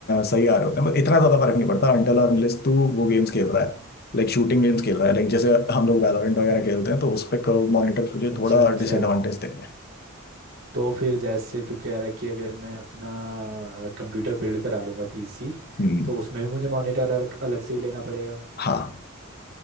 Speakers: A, on the left; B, on the right.
A: सही आ रहे होते हैं मतलब इतना ज़्यादा फर्क नहीं पड़ता अनटिल और अनलेस तू वो गेम्स खेल रहा है लाइक शूटिंग गेम्स खेल रहा है लाइक जैसे हम लोग वैलोरेंट वगैरह खेलते हैं तो उस पे कर्व मॉनिटर तुझे
B: अच्छा
A: थोड़ा
B: अच्छा
A: डिसएडवांटेज देंगे
B: तो फिर जैसे तू कह रहा है कि अगर मैं अपना कंप्यूटर बिल्ड करा लूँगा पीसी
A: हम्म
B: तो उसमें भी मुझे मॉनिटर अलग अलग से ही लेना पड़ेगा
A: हाँ